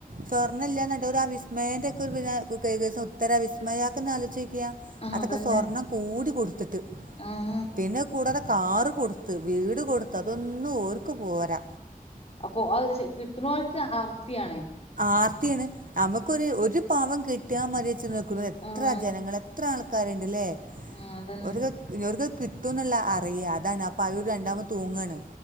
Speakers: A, on the right; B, on the left.
A: സ്വർണ്ണല്ല എന്നിട്ട് ഒരു അവിസ്മയന്റെ ഒക്കെ ഒരുന്ന കൈ ദിവസം ഉത്തരവിസ്മയം മ്മയാക്കന്ന്ലോയ്ചക്ക
B: ആഹ്
A: അതൊക്കെ
B: അതന്നെ
A: സ്വർണ്ണം കൂടി കൊടുക്ക ത്തിട്ട്
B: ആഹ്
A: പിന്നെ കൂടാതെ കാറ് കൊടുത്ത് വീട് കൊടുത്ത് അതൊന്ന് ഒരു ക് പോരാ
B: അപ്പൊ അത് കിട്ടുന്നവൾക്ക് ആർത്തിയാണേ
A: ആർത്തിയണ് നമുക്കൊരു ഒരു പാവം കിട്ടിയാൽ മതി വെച്ച് നൽക്കുന്നത് എത്ര
B: ആഹ്
A: ജനങ്ങളെ അത്ര ആൾക്കാരുണ്ട്ല്ലേ
B: ആഹ് അതന്നെ
A: ഒരു ഇനിവർക്ക് കിട്ടും എന്നുള്ള അറിയ അതാണ് അപ്പൊ അ ഒരു രണ്ടാമത് തൂങ്ങയാണ്